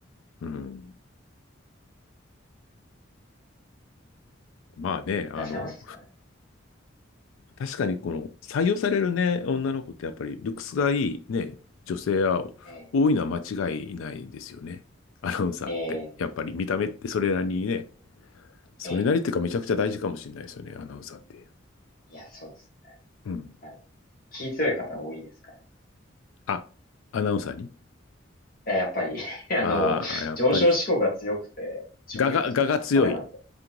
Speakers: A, on the left; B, on the left.
A: うん。まあね、あの、
B: 出せますから
A: 確かにこの採用されるね、女の子ってやっぱりルックスがいいね、女性は
B: ね。
A: 多いのは間違いないですよね。アナウンサーって。
B: ええええ
A: やっぱり見た目ってそれなりにね、それなりっていうかめちゃくちゃ大事かもしれないですよね、
B: ええ
A: アナウンサーって。
B: いや、そうです
A: うん。
B: ね。あの、気強い方多いですから。い
A: あ、アナウンサーに
B: や、やっぱり <laughs> あの、
A: ああー、やっぱり、
B: 上昇志向が強くて、承認欲求とか高めなんで、
A: 我が、我が強い